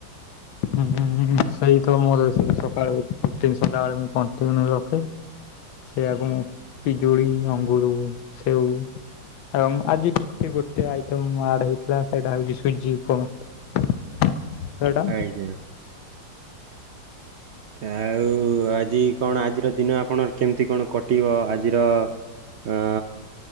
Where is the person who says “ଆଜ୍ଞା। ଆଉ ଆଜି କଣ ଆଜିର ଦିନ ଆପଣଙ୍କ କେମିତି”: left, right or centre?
Right